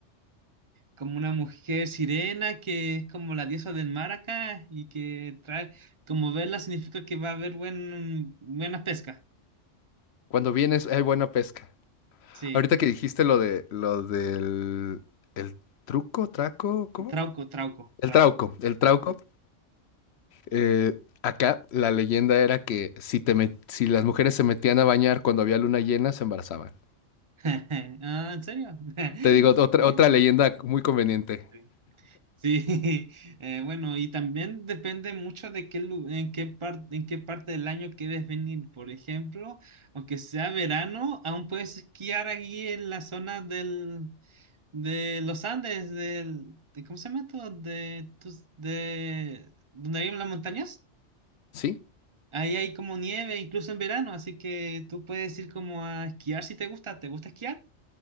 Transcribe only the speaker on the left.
Cuando vienes hay buena pesca.
Ahorita que dijiste lo de lo del el truco, traco, ¿cómo?
El
trauco, el trauco.
eh, acá la leyenda era que si te met- si las mujeres se metían a bañar cuando había luna llena, se embarazaban.
Te digo otra otra leyenda muy conveniente.
¿Sí?